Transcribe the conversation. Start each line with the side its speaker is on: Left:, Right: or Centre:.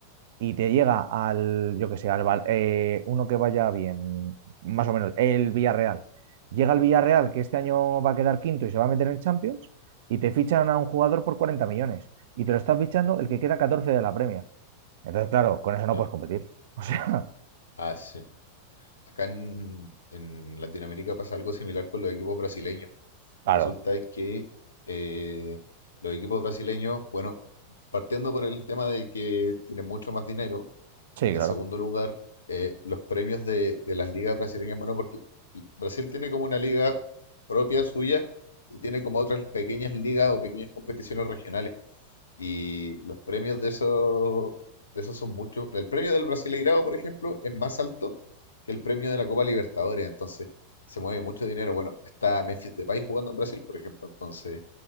Right: y te llega al, yo que sé, al, Val- eh, uno que vaya bien, más o menos, el Villarreal. Llega el Villarreal, que este año va a quedar quinto y se va a meter en Champions, y te fichan a un jugador por 40 millones. Y te lo estás fichando el que queda 14 de la Premier. Entonces, claro, con eso no
Left: claro.
Right: puedes competir. <laughs> O sea,
Left: Ah, sí. Acá en, en Latinoamérica pasa algo similar con los equipos brasileños.
Right: claro,
Left: Resulta que eh, los equipos brasileños, bueno, partiendo por el tema de que tienen mucho más dinero,
Right: sí,
Left: En
Right: claro.
Left: segundo lugar, eh, los premios de, de las ligas brasileñas, bueno, porque Brasil tiene como una liga propia suya y tiene como otras pequeñas ligas o pequeñas competiciones regionales. Y los premios de esos, de esos son muchos. El premio del Brasileirao, por ejemplo, es más alto que el premio de la Copa Libertadores. Entonces, se mueve mucho dinero. Bueno, está Memphis Depay jugando en Brasil, por ejemplo. Entonces,